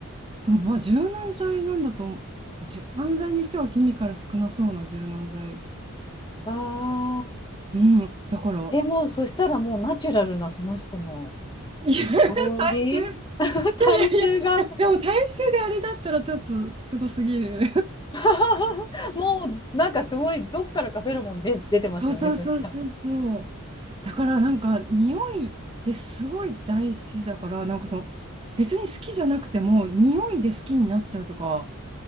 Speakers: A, on the right (about 25°); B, on the left (about 20°).
A: でもまあ柔軟剤なんだと思う、柔軟剤にしてはケミカル少なそうな柔軟剤。
B: ああ、
A: うん、だから。
B: え、もうそしたらもうナチュラルなその人の
A: いや、
B: 香り、
A: 大衆。い
B: <laughs> 体臭が
A: やいやいや、いやでも大衆であれだったらちょっとすごすぎる。
B: <laughs> もうなんかすごいどっからかフェロモンで出てますよね、
A: <laughs> そうそうそうそうそう。
B: そしたら。
A: だからなんか匂いってすごい大事だから、なんかその別に好きじゃなくても匂いで好きになっちゃうとか